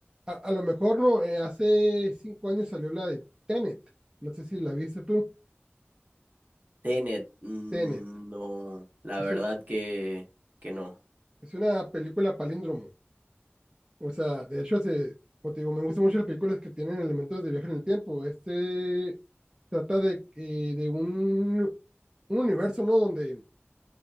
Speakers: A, on the right (about 20°); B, on the right (about 40°).
A: a, a lo mejor no, eh, hace cinco años salió la de Tenet. No sé si la viste tú.
B: Tenet, mm,
A: Tenet.
B: no, la
A: Es
B: verdad
A: un-
B: que, que no.
A: es una película palíndromo. O sea, de hecho, se, como te digo, me gustan mucho las películas que tienen elementos de viaje en el tiempo. Este trata de, eh, de un, un universo, ¿no? Donde